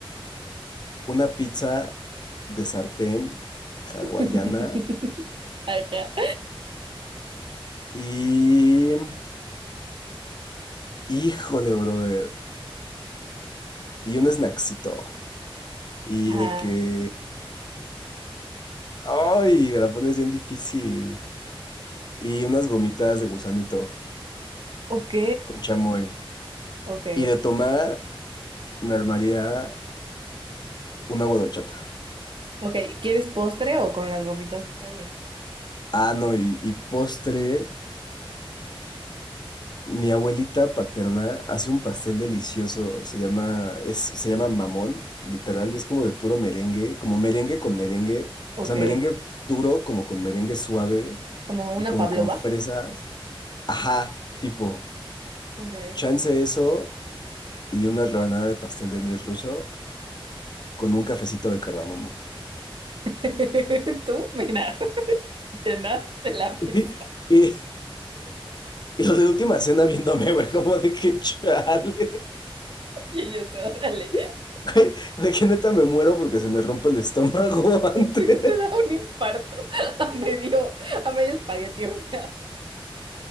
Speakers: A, on the left (about 50°); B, on the right (about 60°).
A: una pizza de sartén hawaiana
B: <laughs> Ajá.
A: y... Híjole, brother. Y un snacksito. Y
B: Ajá.
A: de que... ¡Ay! Me la pones bien difícil. Y unas gomitas de gusanito
B: Ok,
A: con chamoy.
B: ok.
A: Y de tomar, me armaría un agua de horchata.
B: Ok, ¿quieres postre o con las gomitas está bien?
A: Ah, no, y, y postre. Mi abuelita paterna hace un pastel delicioso, se llama, es, se llama mamón, literal, y es como de puro merengue, como merengue con merengue,
B: Ok,
A: o sea, merengue duro, como con merengue suave
B: como
A: y
B: una
A: como
B: pavlova.
A: con fresas. Ajá, tipo,
B: Ok.
A: chance eso y una rebanada de pastel de miel ruso con un cafecito de cardamomo.
B: <laughs> Tú, mira, <laughs> llenaste la mesa.
A: <laughs> Y, y, y los de la última cena viéndome, güey, como de que chale,
B: Y yo te, órale,
A: <laughs> güey, de que neta me muero porque se me rompe el estómago <laughs> antes.
B: de que te da un infarto <laughs> a medio, a medio espagueti, o sea.